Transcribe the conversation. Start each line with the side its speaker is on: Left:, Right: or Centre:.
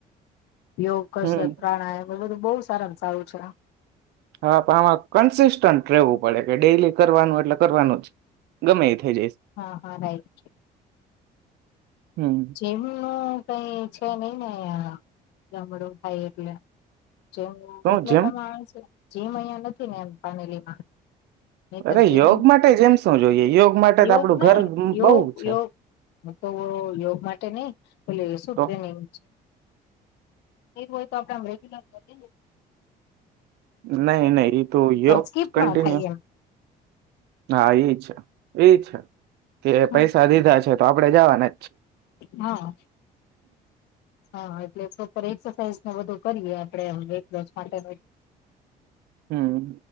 Left: યો કસ
Right: હમ
Left: પ્રાણાયયામ એ બહુ સારાનું સારું છે
Right: હા આમાં કન્સિસ્ટન્ટ રહેવું પડે કે ડેલી કરવાનું એટલે કરવાનું જ ગમે થઈ જઈશ
Left: હા હા રાઈટ
Right: હમ
Left: જેમું નું કઈ છે નઈ ને જમડું થાય એટલે જો
Right: તો
Left: ઉપપલેટામાં
Right: જેમ
Left: આવે છે જેીમ અહં નથી ને એમ પાનેલીમાં નહી
Right: અરે
Left: તો જેમ
Right: યોગ માટે જ એમ શું જોઈએ યોગ માટે
Left: યોગ
Right: તો આપડું
Left: ને
Right: ઘર
Left: યોગ
Right: બહ છે
Left: યોગ હું તો યોગ માટે નહી એલે શું
Right: તો
Left: ટ્રેનિંગ હોય તો આપડે રેગ્યુલર કરી
Right: નહી નહી એ તો યોગ
Left: સ્કીપ
Right: કન્ટિન્યુ
Left: ન થાય એમ
Right: હા એ છે એ છે કે
Left: હમ,
Right: પૈસા દીધા છે તો આપડણે જવાને
Left: હા હા એટલે એક્સરસાઇઝ બધું કરીએ આપણે વેટ લો માટે
Right: હમ